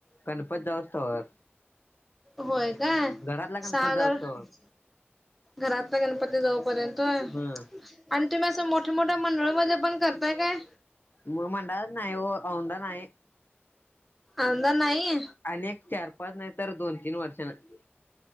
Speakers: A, on the left; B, in the centre.
A: गणपती जाऊ स्तवर
B: होय काय
A: घरातला
B: सहा
A: गणपत
B: हजारात
A: जाऊस्तवर
B: घरातला गणपती जाऊ पर्यंत आणि
A: हम्म.
B: तुम्ही असं मोठ्या मोठ्या मंडळामध्ये पण करताय काय?
A: मोठ मंडळात नाही हो आउंदा नाही.
B: आउंदा नाही.
A: आणि एक चार-पाच नाहीतर दोन तीन वर्षानंतर